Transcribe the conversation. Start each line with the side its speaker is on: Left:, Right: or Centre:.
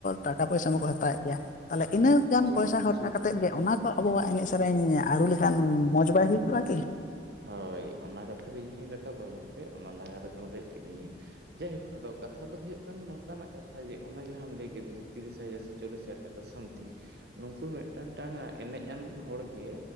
Left: ᱴᱟᱠᱟ ᱯᱚᱭᱥᱟ ᱢᱟᱠᱚ ᱦᱟᱛᱟᱣ ᱮᱫ ᱜᱮᱭᱟ ᱛᱟᱦᱚᱞᱮ ᱤᱱᱟᱹᱜ ᱜᱟᱱ
Right: ᱴᱷᱤᱠ
Left: ᱯᱚᱭᱥᱟ ᱠᱷᱚᱨᱪᱟ
Right: ᱴᱷᱤᱠ
Left: ᱠᱟᱛᱮᱫ
Right: ᱴᱷᱤᱠ
Left: ᱜᱮ ᱚᱱᱟ ᱟᱵᱚᱣᱟᱜ ᱮᱱᱮᱡ ᱥᱮᱨᱮᱧ ᱟᱹᱨᱩ ᱞᱮᱠᱷᱟᱱ
Right: ᱦᱮᱸ
Left: ᱢᱚᱡᱽ ᱵᱟᱭ ᱦᱩᱭ ᱠᱚᱜᱼᱟ ᱠᱤ?
Right: ᱦᱳᱭ ᱚᱱᱟ ᱠᱟᱛᱷᱟ ᱫᱚ ᱤᱧ ᱦᱚᱧ ᱨᱟᱠᱟᱵᱟ ᱢᱮᱱᱛᱮ ᱚᱱᱟ ᱞᱟᱦᱟ ᱨᱮᱜᱮᱢ ᱨᱮᱡ ᱠᱤᱫᱤᱧᱟ, ᱡᱟᱭᱦᱳᱠ ᱟᱫᱚ ᱠᱟᱛᱷᱟ ᱫᱚ ᱦᱩᱭᱩᱜ ᱠᱟᱱᱟ ᱱᱚᱝ ᱠᱟᱱᱟᱜ ᱠᱟᱛᱷᱟ ᱡᱮ ᱚᱱᱟ ᱡᱟᱦᱟᱸᱟᱢ ᱞᱟᱹᱭ ᱠᱮᱫᱟ ᱛᱤᱨᱤᱥ ᱦᱟᱡᱟᱨ ᱥᱮ ᱪᱚᱞᱞᱤᱥ ᱦᱟᱡᱟᱨ ᱴᱟᱠᱟ ᱥᱟᱢᱛᱷᱤᱝ ᱱᱩᱠᱩ ᱢᱤᱫᱴᱟᱝ ᱴᱟᱝ ᱮᱱᱮᱡ ᱟᱱ ᱦᱚᱲ ᱜᱮ